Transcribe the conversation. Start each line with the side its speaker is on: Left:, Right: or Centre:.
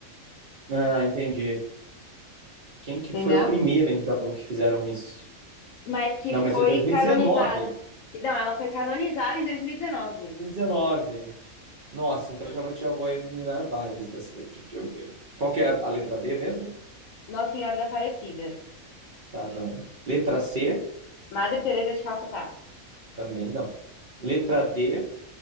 Right: Ah, entendi. Quem que
Left: Entendeu?
Right: foi a primeira, então, que fizeram isso?
Left: Mas que
Right: Não, mas
Left: foi
Right: é 2019.
Left: canonizada. Que, não, ela foi canonizada em 2019.
Right: 2019. Nossa, então eu já vou, já vou eliminar várias dessa daqui, deixa eu ver. Qual que é a, a letra B mesmo?
Left: Nossa Senhora da Aparecida.
Right: Tá, não. Letra C?
Left: Madre Teresa de Calcutá.
Right: Também não. Letra D,